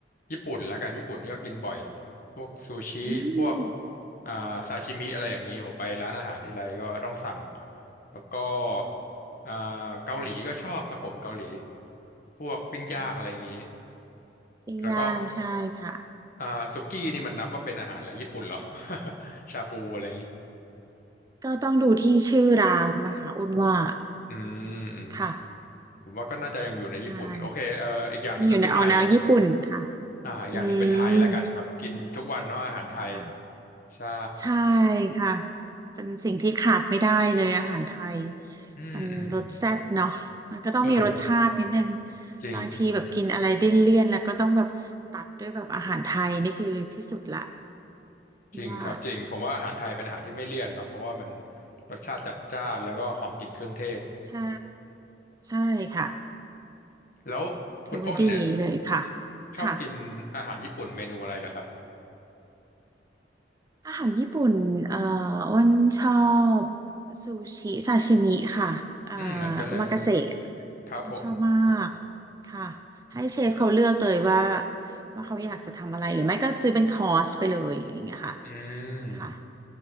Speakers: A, on the left; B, on the right.
A: ญี่ปุ่นละกันญี่ปุ่นนี่ก็กินบ่อยพวกซูชิพวก
B: อืม
A: อ่าซาชิมิอะไรอย่างนี้ผมไปร้านอาหารทีไรก็ต้องสั่งแล้วก็อ่าเกาหลีก็ชอบครับผมเกาหลี
B: ค่ะ
A: พวกปิ้งย่างอะไรอย่างนี้
B: อืมปิ้งย่างใช่ค่ะ
A: แล้วก็ อ่าสุกี้นี่มันนับว่าเป็นอาหารอะไรญี่ปุ่นเหรอ <laughs> ชาบูอะไรอย่างนี้
B: ก็ต้องดูที่ชื่อร้านมาค่ะอ้นว่า
A: อืมอืม
B: ค่ะ
A: ผมว่าก็น่าจะยังอยู่ในญี่ปุ่นโอเคเอ่ออีกอย่างหนึ่งก็คือไทย
B: ใช่อยู่ในออกแนวญี่ปุ่นค่ะ
A: อ่าอีกอย่างหนึ่งเป็นไทยแล้วกันครับกินทุกวันเนาะอาหารไทย
B: อืมค่ะ
A: ใช่
B: ใช่ค่ะเป็นสิ่งที่ขาดไม่ได้เลยอาหารไทย
A: อืมอืม
B: มันรสแซ่บเนาะมันก็ต้องมีรสชาตินิดนึง
A: เออจริงจริง
B: บางทีแบบกินอะไรดิ้นเลี่ยนแล้วก็ต้องแบบตัดด้วยแบบอาหารไทยนี่คือที่สุดละ
A: จริงครับจริงผมว่าอาหารไทยเป็นอาหารที่ไม่เลี่ยนเนาะเพราะว่ามัน
B: ว่า
A: รสชาติจัดจ้านแล้วก็หอมกลิ่นเครื่องเทศ
B: ใช่ใช่ค่ะ
A: แล้วคุณอ้นเนี่ย
B: ถือว่าดีเลยค่ะ
A: ชอบกินอาหารญี่ปุ่นเมนูอะไรเหรอครับ
B: ค่ะอาหารญี่ปุ่นเอ่ออ้วนชอบซูชิซาชิมิค่ะเอ่อ
A: อืมเหมือนกันเลย
B: โอมากาเสะ
A: ครับผม
B: ก็ชอบมากค่ะให้เชฟเขาเลือกเลยว่าว่าเขาอยากจะทำอะไรหรือไม่ก็ซื้อเป็นคอร์สไปเลยอย่างเงี้ยค่ะ
A: อืม
B: ค่ะ